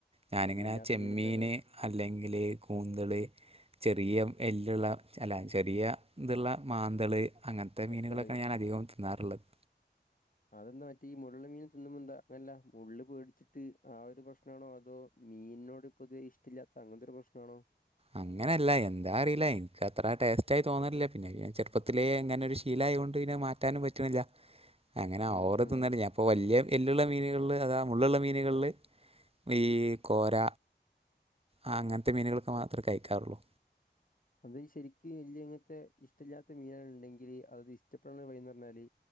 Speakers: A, on the right; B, on the left.
A: ഞാനിങ്ങനെ
B: മുള്ളില്ലാത്ത
A: ചെമ്മീന്
B: മീനിപ്പോ ഏതാ
A: അല്ലെങ്കില് കൂന്തള് ചെറിയ എല്ല്ള്ള അല്ല ചെറിയ ത്ള്ളെ മാന്തള് അങ്ങൻ ത്തെ
B: നെത്തള്
A: മീനുകളൊക്കെണ് ഞാൻ അധികവും തിന്നാറ്ള്ളത്.
B: അതെന്താ മറ്റേ ഈ മുള്ള് മീൻ തിന്നുമ്പോ എന്താ വല്ല മുള്ള് പേടിച്ചിട്ട് ആ ഒര് പ്രശ്നാണോ അതോ മീനിനോട് പൊതുവെ ഇഷ്ട്ടല്ലാത്ത അങ്ങൻത്തൊരു പ്രശ്നാണോ?
A: അങ്ങനല്ല എന്താ അറീല്ല ഇൻക്ക് അത്ര ടെസ്റ്റായി തോന്നലില്ല പിന്നെ ഞാ ചെറുപ്പത്തിലെ അങ്ങനൊരു ശീ ശീലായോണ്ട് പിന്നെത് മാറ്റാനും പറ്റ്ണ്ല്ല അങ്ങനെ
B: ഉം
A: ഓവർ
B: ഉം
A: തിന്നാണ്ട് ഞാ പ്പൊ വെല്ല്യെ എല്ല്ള്ള മീനുകളില് അതാ മുള്ളുള്ള മീനുകളില് ഈ കോര ആഹ് അങ്ങൻത്തെ മീനുകളൊക്കെ മാത്രേ കഴിക്കാറൊള്ളൂ.
B: അന്ന ജ് ശെരിക്ക് <unintelligible> അങ്ങൻത്തെ ഇഷ്ടല്ലാത്ത മീനാണ് ണ്ടെങ്കില് അത് ഇഷ്ടപ്പെടാനുള്ള വഴി ന്നർഞ്ഞാല്